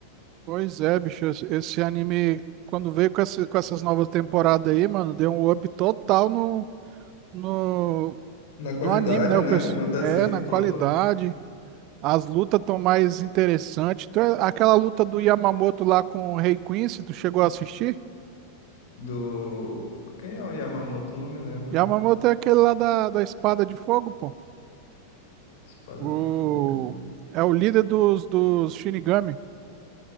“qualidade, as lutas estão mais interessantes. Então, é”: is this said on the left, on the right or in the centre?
Right